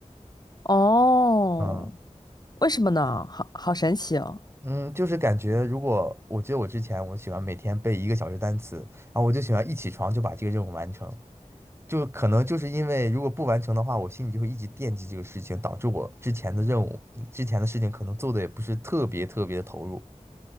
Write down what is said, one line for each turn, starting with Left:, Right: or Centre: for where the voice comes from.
Left: 哦，
Right: 嗯
Left: 为什么呢？好好神奇哦！
Right: 嗯，就是感觉如果我觉得我之前我喜欢每天背一个小时单词，然后我就喜欢一起床就把这个任务完成。就可能就是因为如果不完成的话，我心里就会一直惦记这个事情，导致我之前的任务、之前的事情可能做的也不是特别特别的投入